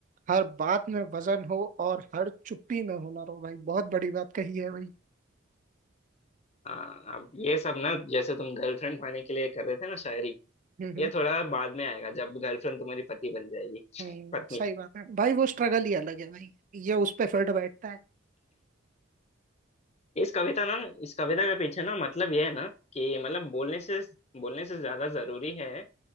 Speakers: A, on the right; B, on the left.
A: हर बात में वजन हो और हर चुप्पी में हुनर हो भाई बहुत बड़ी बात कही है भाई
B: हाँ अब ये सब ना जैसे तुम गर्लफ्रेंड पाने के लिए कर रहे थे ना शायरी
A: हम्म
B: ये
A: हम्म
B: थोड़ा बाद में आएगा जब गर्लफ्रेंड तुम्हारी पति बन जाएगी
A: हम्म,
B: पत्नी
A: सही बात है भाई वो स्ट्रगल ही अलग है भाई ये उस पे फिल्ड बैठता है
B: इस कविता ना इस कविता के पीछे ना मतलब ये है ना कि मतलब बोलने से बोलने से ज्यादा जरूरी है